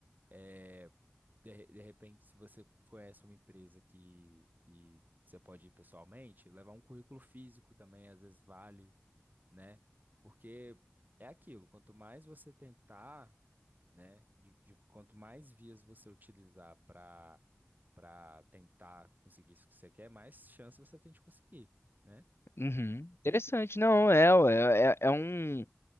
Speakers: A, on the right; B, on the left.
A: É, de, de repente, se você conhece uma empresa que, que você pode ir pessoalmente, levar um currículo físico também, às vezes vale, né? Porque é aquilo, quanto mais você tentar, né, de, de- quanto mais vias você utilizar para para tentar conseguir isso que você quer, mais chance você tem de conseguir, né?
B: Uhum. Interessante, não, é, ué, é, é um,